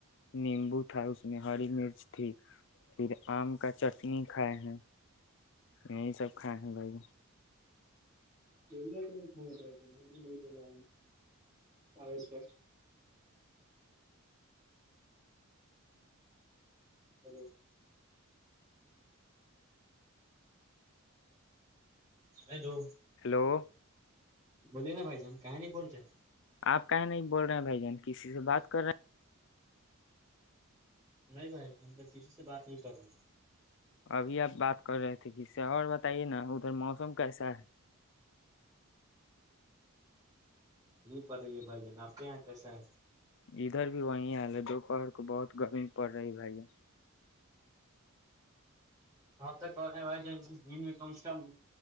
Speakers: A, on the left; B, on the right.
A: نیمبو تھا اس اس میں ہری مرچ تھی پھر آم کا چٹنی کھائے ہیں یہی سب کھائے ہیں بھائی
B: یا توتا ب نہیں بلا آ ہلو ہیلو
A: ہیلو
B: بولیے نا بائی جان کہ نہیں بولتا ہے
A: آپ کہیں نہیں بول رہے ہیں بھائی جان کسی سے بات کر رہے ہیں
B: نہیں بھائی ہم پ کسی سے بات نہیں کر رہے ہیں
A: ابھی آپ بات کر رہے تھے کہ اور بتائیے نا ادھر موسم کیسا ہے
B: پت ہی بھائی جان آپ کے یہاں کیسا ہے
A: ادھر بھی وہیں حال ہے دو کہر کو بہت گرمی پڑ رہی بھیا
B: اب تک کر رہے ہیں بھائی جان دن میں کم سے کم